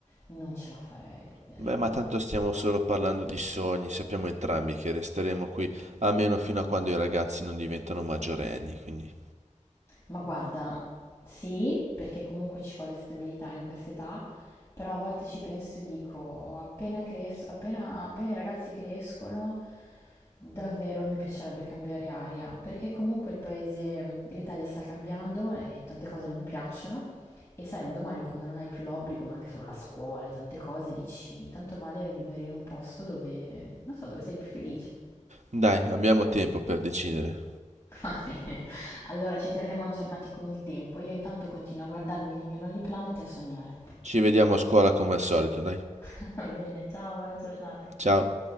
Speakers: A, on the left; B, on the right.
A: non ce la farei davvero,
B: Beh, ma
A: no,
B: tanto stiamo solo parlando di sogni, sappiamo entrambi che resteremo qui almeno fino a quando i ragazzi non diventano maggiorenni, quindi
A: Ma guarda, sì, perché comunque ci vuole stabilità in quest'età, però a volte ci penso e dico, appena, cres- appena- appena i ragazzi crescono, davvero mi piacerebbe cambiare aria, perché comunque il paese, l'Italia sta cambiando e tante cose non mi piacciono. E sai, un domani quando non hai più l'obbligo, ma anche solo la scuola e tante cose, dici, tanto vale vivere in un posto dove, non so, dove sei più felice.
B: dai, abbiamo tempo per decidere.
A: <laughs> Va bene, allora ci terremo aggiornati con il tempo. Io intanto continuo a guardarmi dei miei Lonely Planet e a sognare.
B: Ci vediamo a scuola come al solito, dai.
A: <laughs> Va bene, ciao, buona giornata.
B: Ciao.